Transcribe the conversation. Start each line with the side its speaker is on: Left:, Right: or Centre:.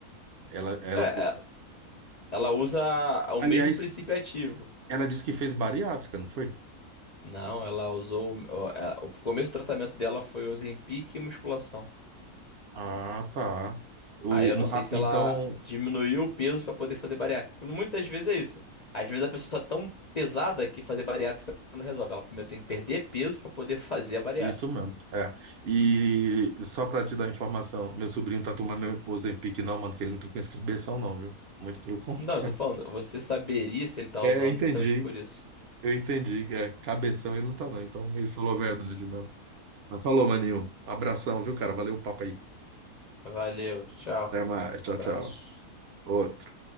Right: Ela, ela,
Left: É,
Right: o-
Left: é, ela usa o
Right: aliás,
Left: mesmo princípio ativo.
Right: ela disse que fez bariátrica, não foi?
Left: Não, ela usou. O, o é, o começo do tratamento dela foi Ozempic e musculação.
Right: Ah, tá. O,
Left: Aí eu não sei
Right: a-
Left: se
Right: então,
Left: ela diminuiu o peso pra poder fazer bariátrica. Porque Muitas vezes é isso. Às vezes a pessoa é tão pesada que fazer bariátrica não resolve. Ela primeiro tem que perder peso pra poder <laughs> fazer a bariátrica.
Right: isso mesmo. É. E só pra te dar informação, meu sobrinho tá tomando Ozempic, não, mano, que ele não tá com esse cabeção, não, viu? Muito pelo contrário.
Left: Não, eu tô falando, você saberia se ele tá
Right: É,
Left: usando
Right: eu entendi.
Left: justamente por isso.
Right: Eu entendi que é cabeção ele não tá, não. Então ele falou a verdade mesmo. Mas falou, maninho. Um abração, viu, cara? Valeu o papo aí.
Left: Valeu, tchau.
Right: Até mais. Tchau,
Left: Abraço.
Right: tchau. Outro.